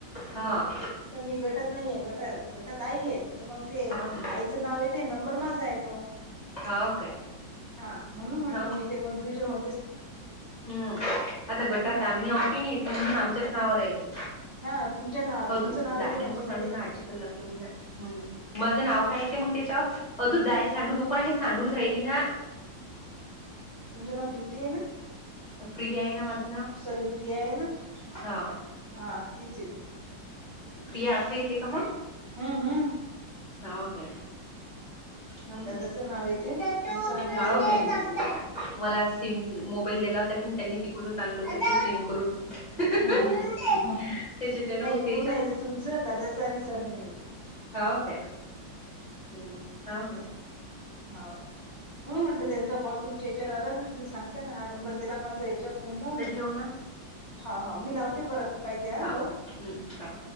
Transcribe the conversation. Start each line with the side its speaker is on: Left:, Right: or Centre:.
Left: हा
Right: त मी गटत नाहीये गट गटात आई येत तर मग ते
Left: हा ना.
Right: आई च नाव येते नंबर माझा येतो.
Left: हा काय
Right: हा म्हणून म्हटलं
Left: हा
Right: मी ते कन्फ्युजन हो
Left: हम्म आता
Right: हम्म
Left: गटात आम्ही आव की नाई आता म्हणून आमच्याच नावावर आय हे.
Right: हा तुमच्या नाव
Left: अ
Right: तुमचं
Left: तू
Right: नाव येते
Left: डाळ
Right: ना
Left: नको
Right: याच्यामध्ये
Left: सांडू ना आजी हम् माझं नाव काय येते मग त्याच्याव? अ तू दाय सांडू नको ना हे सांडून राहिली ना.
Right: तुमचं नाव प्रीती आय ना
Left: प्रिया आहे ना माझं नाव
Right: सॉरी प्रिया आय ना?
Left: हा
Right: हा तीज येतंय.
Left: प्रिया आख्री येते का मग?
Right: हम्म हम्.
Left: हाव काय? हा ना,
Right: दादाचं नाव येते
Left: आता
Right: तुमचं
Left: तू उचलून
Right: आणि सरनेम येते
Left: दे
Right: हो
Left: सिम मोबाईल दिला होता कि त्यांनी तिकडूनच आणलं होत ते सिम करून.
Right: हम्
Left: उचलून
Right: हम
Left: दे. त्याच्याच्यान
Right: नाही
Left: मग त्याच्यात
Right: पूर्ण आहेेते तुमचं, दादाचं आणि सरनेम येते.
Left: हो काय? हो ना.
Right: हाव, हो म्हटलं त्यांचा कॉल तुमच्या याच्यावर आला तर तुम्ही सांगता ना हा नंबर त्याला माझा याच्यावर फोन लावले.
Left: होऊ ना.
Right: हा हा मी लावते परत, पाहितीे
Left: हाव
Right: लाऊन.
Left: हम्म, ह.